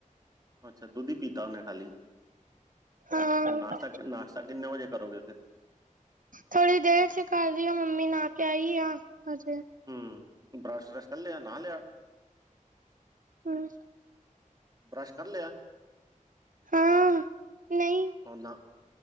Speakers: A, on the right; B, on the right.
A: ਅੱਛਾ ਦੁੱਧ ਹੀ ਪੀਤਾ ਉਹਨੇ ਖਾਲੀ
B: ਹਾਂ
A: ਨਾਸ਼ਤਾ-ਨਾਸ਼ਤਾ ਕਿੰਨੇ ਵਜੇ ਕਰੋਗੇ ਫਿਰ?
B: ਥੋੜੀ ਦੇਰ 'ਚ ਕਰ ਰਹੀ ਹਾ, ਮੰਮੀ ਨਾ ਕੇ ਆਈ ਆ ਹਜੇ।
A: ਹਮ, ਬਰਸ਼-ਵਰਸ਼ ਕਰਲਿਆ ਨਾਹ ਲਿਆ?
B: ਹਮ
A: ਬਰੱਸ਼ ਕਰ ਲਿਆ?
B: ਹਾਂ ਨਹੀਂ
A: ਉਹ ਨਾ